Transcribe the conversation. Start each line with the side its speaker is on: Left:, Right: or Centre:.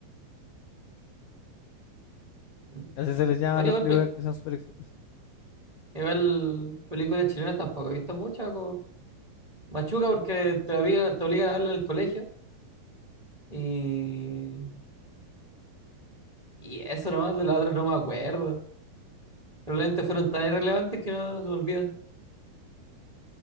Right: Mm.
Left: Así se les llama
Right: Bueno,
Left: a las
Right: igual,
Left: películas
Right: pe-
Left: que son súper exitosas.
Right: igual películas chilenas tampoco he visto muchas. Machuca porque te obligan, te obligan a verlo en el colegio y, y eso nomás de la otra no me acuerdo. Probablemente fueron tan irrelevantes que no se me olvidan.